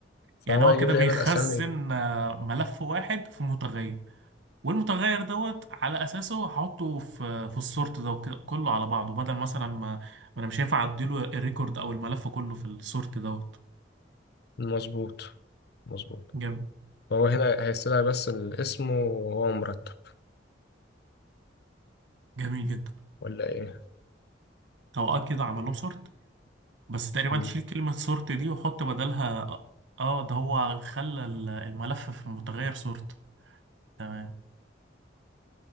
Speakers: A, on the left; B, on the right.
A: فهو
B: يعني هو
A: هيجيب
B: كده
A: لي
B: بيخزن
A: هنا الاسامي
B: آه، ملف واحد في متغير والمتغير دوت على اساسه هحطه في في السورت ده وكده كله على بعضه بدل مثلا ما ما انا مش هينفع اديله الريكورد او الملف كله في السورت دوت
A: المظبوط مظبوط
B: جميل
A: فهو هنا هيستدعي بس الاسم وهو مرتب
B: جميل جدا
A: ولا ايه
B: او اه كده عمل لهم سورت بس تقريبا
A: مم.
B: تشيل كلمة سورت دي وحط بدلها اه آه، ده هو خلى ال- الملف في متغير سورت تمام